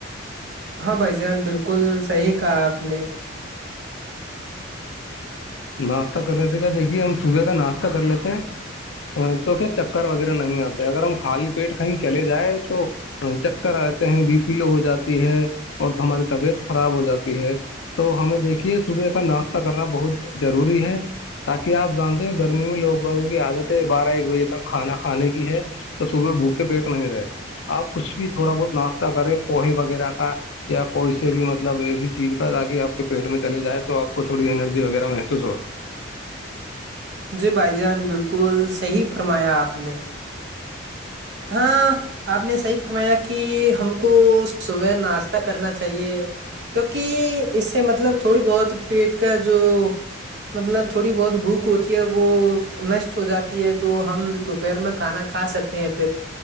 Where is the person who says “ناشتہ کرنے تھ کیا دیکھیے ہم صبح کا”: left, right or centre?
Left